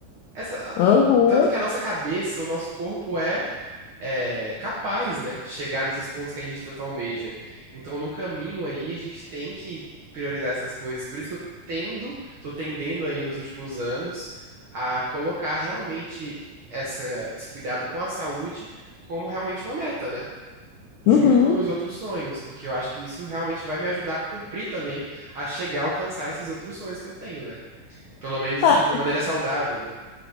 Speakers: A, on the right (about 60°); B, on the left (about 85°).
A: essa, a-
B: aham,
A: a- o tanto que a nossa cabeça, o nosso corpo é é, capaz, né, de chegar nesses pontos que a gente tanto almeja. Então, no caminho aí, a gente tem que priorizar essas coisas. Por isso que eu tendo, tô tendendo aí nos últimos anos a colocar realmente essa, esse cuidado com a saúde como realmente uma meta, né? Junto
B: uhum.
A: com os meus outros sonhos, porque eu acho que isso realmente vai me ajudar a cumprir também, a chegar a alcançar esses outros sonhos que eu tenho, né? Pelo menos
B: Tá,
A: assim, de uma maneira saudável, né?